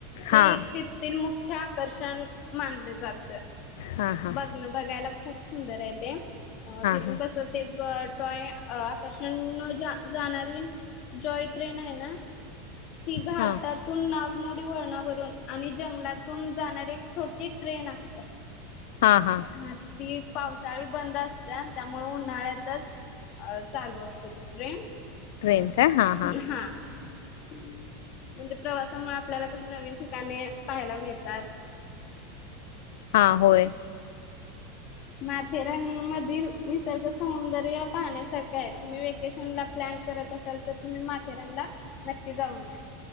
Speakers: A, on the left (about 50°); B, on the left (about 80°).
A: ते
B: हां
A: एक ते मुख्य आकर्षण मानल जात.
B: हां हां
A: बघण बघायला खूप सुंदर आहे ते. अ
B: हां
A: तिथून
B: हां
A: कसं ते ब तोय आकर्षण जाणारे जॉय ट्रेन आहे ना ती घाटातून
B: हां
A: नागमोडी वळणावरून आणि जंगलातून जाणार एक छोटी ट्रेन असते.
B: हां हां
A: ह ती पावसाळी बंद असत्या त्यामुळ उन्हाळ्यातच अ चालू असते ती ट्रेन
B: ट्रेन काय हां
A: हा
B: हां
A: म्हणजे प्रवासामुळ आपल्याला कस नवीन ठिकाणे पाहायला मिळतात.
B: हा होय.
A: माथेरान मधील निसर्ग सौंदर्य पाहण्यासारखं आहे तुम्ही वेकेशन ला प्लॅन करत असाल तर तुम्ही माथेरानला नक्की जाऊन या.